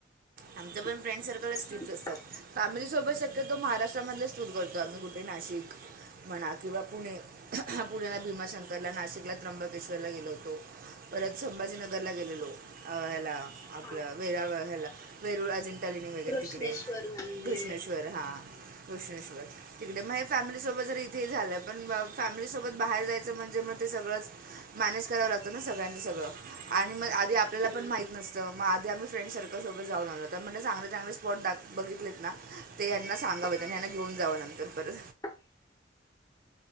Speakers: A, on the right; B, on the left.
A: आमच्या पण फ्रेंड
B: हा
A: सर्कलच
B: छान
A: ट्रप् असतात
B: असत
A: फॅमिली सोबत शक्यतो महाराष्ट्रामधच टूर करतो आम्ही कुठे नाशिक एक म्हणा किंवा पुणे पुण्याला भीमाशंकरला नाशिकला त्र्यंबकेश्वरला गेलो होतो परत संभाजीनगरला गेलेलो ह्याला आपलं
B: हा
A: वेरा ह्याला वेरुळ अजं टलिने वगैरे
B: घृष्णेश्वर
A: तिकडे
B: मंदिर
A: घृष्णेश्वर
B: आहे तिथं
A: हा घृष्णेश्वर तिकडे मग फॅमिली सोबत जर ते झालं पण फॅमिली सोबत बाहेर जायचं म्हणजे मग ते सगळंच मॅनेज करावं लागतो ना सगळ्यांच सळ <inaudible> मग आध आपल्याला
B: हो
A: पण
B: ना
A: माही नतं म आी आम्ही फ्रेंड सर्कलसोबत जाऊन आो म्हणलं चांगले चांगले स्पॉट दा बघ ले ना ते यांना सांगावेत
B: हा
A: आणि यांना घेऊन जावं नंतर परत
B: <inaudible>